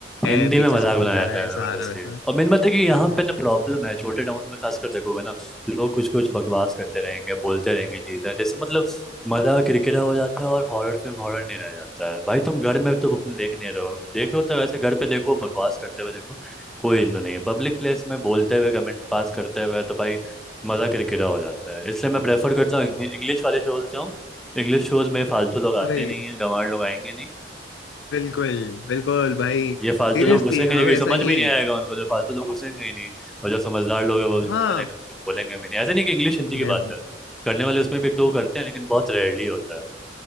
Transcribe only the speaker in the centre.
हिंदी
में मजाक
बनाया
जाता
है
जबरदस्ती
और मेन बात है कि यहाँ
पे ना प्रॉब्लम है छोटे टाउन में खासकर देखोगे ना लोग कुछ कुछ बकवास करते रहेंगे बोलते रहेंगे चीजें जैसे मतलब मजा किरकिरा हो जाता है और हॉरर फिल्म हॉरर नहीं रह जाता है भाई तुम घर में तो अपने देख नहीं रहे हो देख रहे हो तो वैसे घर पे देखो बकवास करते हुए देखो कोई इशू नहीं है पब्लिक प्लेस में बोलते हुए कमेंट पास करते हुए तो भाई मजा किरकिरा हो जाता है इसलिए मैं प्रेफर करता हूँ इंग्लिश वाले शोज जाऊँ इंग्लिश शोज में फालतू लोग आते
नहीं है गंवार लोग आएंगे नहीं
ये फालतू
लोग हाँ घुसेंगे
नहीं क्योंकि समझ
में ही नहीं आएगा उनको जो फालतू लोग घुसेंगे ही नहीं और जो समझदार लोग हैं वो जो
घुसे रहेंगे तो कुछ बोलेंगे भी नहीं ऐसे नहीं कि इंग्लिश हिंदी की
बात है करने वाले उसमें भी एक दो करते हैं लेकिन बहुत रेयरली होता है